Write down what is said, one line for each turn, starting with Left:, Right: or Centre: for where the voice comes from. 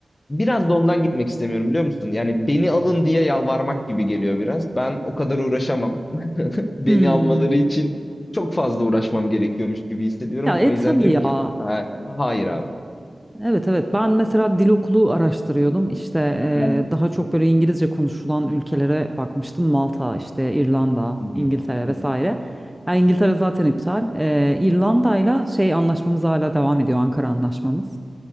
Left: biraz da ondan gitmek istemiyorum biliyor musun? Yani beni alın diye yalvarmak gibi geliyor biraz. Ben o kadar uğraşamam. Beni
Centre: Hmm.
Left: almaları için çok fazla uğraşmam gerekiyormuş gibi hissediyorum.
Centre: Ya e
Left: O yüzden
Centre: tabii
Left: diyorum
Centre: ya.
Left: ki "Ha- hayır abi.
Centre: Evet evet ben mesela dil okulu araştırıyordum işte eee,
Left: Hı hı,
Centre: daha çok böyle İngilizce konuşulan ülkelere bakmıştım Malta işte İrlanda
Left: hı hı,
Centre: İngiltere
Left: hı
Centre: vesaire
Left: hı."
Centre: yani İngiltere zaten iptal Eee İrlanda'yla şey anlaşmamız hala devam ediyor Ankara anlaşmamız